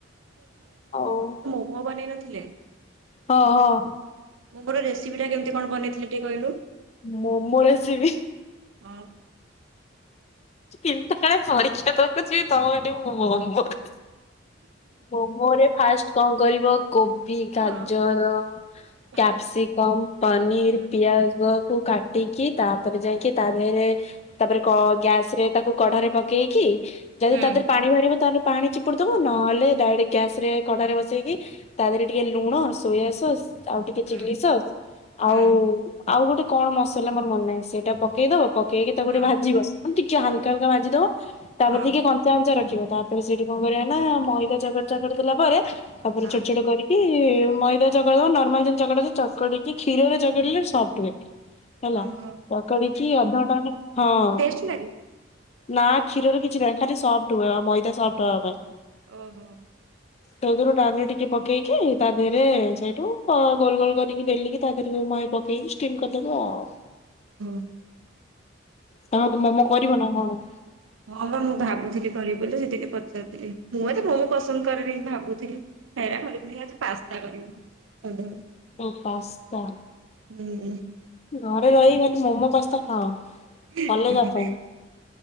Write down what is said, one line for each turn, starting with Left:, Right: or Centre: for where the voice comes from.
Left: ଆଉ
Right: ପୁଅ ବନେଇ ନଥିଲେ?
Left: ହଁ ହଁ।
Right: ମୁଁ ମୋର ରେସିପିଟା କେମତି କଣ ବନେଇଥିଲି ଟିକେ କହିଲୁ?
Left: ମୋମୋ ରେସିପି।
Right: ହଁ।
Left: କିନ୍ତୁ କାଳେ ପରୀକ୍ଷା ତୋର କୁଚି ତମ ଏଠି ମୋମୋ ଫୋମୋ <unintelligible> ମୋମୋ ରେ ଫାଷ୍ଟ କଣ କରିବ କୋବି, ଗାଜର,
Right: ହଁ ହଁ
Left: କ୍ୟାପ୍ସିକମ୍, ପନିର,
Right: ହୁଁ
Left: ପିଆଜ କୁ କାଟିକି ତାପରେ ଯାଇକି ତା ଦେହରେ ତାପରେ କ ଗ୍ୟାସ ସ୍ରେ ତାକୁ କଢାରେ ପକେଇକି ଯଦି
Right: ହୁଁ
Left: ତା ଦେହରେ ପାଣି ବାହାରିବ ତାହେଲେ ପାଣି ଚିପୁଡି ଦବ ନହେଲେ ଡାଇରେକ୍ଟ ଗ୍ୟାସ ରେ କଡାରେ ବସେଇକି ତା ଦେହରେ ଟିକେ ଲୁଣ ସୋୟା ସସ୍ ଆଉ ଟିକେ
Right: ହୁଁ
Left: ଚିଲି ସସ୍
Right: ହୁଁ
Left: ଆଉ ଆଉ ଗୋଟେ କଣ ମସଲା ମୋର ମନେ ନାହିଁ ସେଇଟା ପକେଇ ଦବ ପକେଇକି ତାକୁ
Right: ହଁ
Left: ଗୋଟେ ଭାଜିବ ମାନେ ଟିକେ ହାଲକା ହାଲକା ଭାଜି ଦବ ତାପରେ
Right: ହଁ
Left: ଟିକେ କ ଚାମଚା ରଖିବ ତାପରେ ସେଇଠି କଣ କରିବା ନା ମଇଦା ଚାକଟ ଚାକଟ ଦେଲା ପରେ ତାପରେ
Right: ହଁ
Left: ଛୋଟ ଛୋଟ କରି କି ମଇଦା ଚକଟ ଦବ ନର୍ମାଲ ଯେନ୍ତି ଚକଟ ଚକିକି କ୍ଷୀରରେ ଚକଟିଲେ ସଫ୍ଟ ହୁଏ। ହେଲା
Right: ଓହୋ
Left: ଚକଡିକି ଅଧଘଣ୍ଟେ ଘଣ୍ଟେ ହଁ
Right: ଦେଖିନା କି।
Left: ନା କ୍ଷୀରରେ କିଛି ନାହିଁ ଖାଲି ସଫ୍ଟ ହୁଏ ମଇଦା ସଫ୍ଟ ହବା ପାଇଁ।
Right: ଓହୋ।
Left: ସେଦୁରୁ ଡାଲି ଟିକେ ପକେଇକି ତା ଦେହରେ ସେଇଠୁ ହଁ ଗୋଲ ଗୋଲ କରିକି ବେଲିକି ତା ଦେହରେ ମଇଁ ପକେଇକି ଷ୍ଟିମ କରିଦେବ ଆଉ
Right: ହୁଁ।
Left: ତମେ ମୋମୋ କରିବ ନା କଣ?
Right: ହଁ ବା ମୁଁ ଭାବୁଥିଲି କରିବି ବୋଲି ସେଠି ଟିକେ ପଚାରିଦେଲି ମୁଁ ଏତେ ମୋମୋ ପସନ୍ଦ କରେନି ଭାବୁଥିଲି ହେଇରା କରିବୁନି ଆଜି ପାସ୍ତା କରିବି। ସନ୍ଧ୍ୟାବେଳେ
Left: ଓ
Right: ହୁଁ
Left: ପାସ୍ତା
Right: ହୁଁ।
Left: ଘରେ ରହି ଖାଲି ମୋମୋ ପାସ୍ତା ଖାଅ।
Right: ଉଁ
Left: କଲେଜ
Right: ହୁଁ ହୁଁ।
Left: ଆସନି।